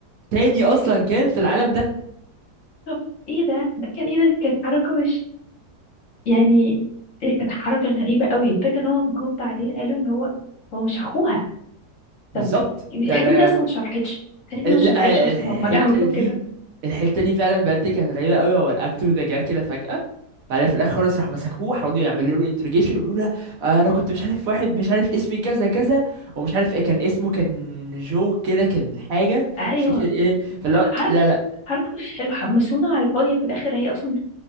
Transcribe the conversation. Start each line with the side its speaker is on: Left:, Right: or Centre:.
Right: تاني اصلا كان في العالم ده
Left: طب ايه ده ده كان ايه ده كانت حركة مش يعني إيه، كانت حركة غريبة قوي فكرة ان هو جم بعدين قالوا ان هو هو مش اخوها
Right: بالظبط
Left: طب الحته
Right: ده ده
Left: دي اصلا ما اتشرحتش الحته دي
Right: ال-
Left: ما اتشرحتش
Right: لا
Left: اصلا
Right: الحته
Left: هم اللي عملوا
Right: دي
Left: كده
Right: الحته دي فعلا بجد كانت غريبه قوي هو الاكتور ده جه كده فجاه بعدين في الاخر خالص راحوا مسكوه حاولوا يعملوا له انتروجيشن يقولوا له آه، انا كنت مش عارف واحد مش عارف اسمي كذا كذا ومش عارف ايه كان اسمه كان جو كده كان حاجه
Left: ايوه
Right: مش فاكر ايه فلا
Left: حركه
Right: لا لا
Left: حركه مش حلوه حمسونا على الفاضيه في الاخر هي اصلا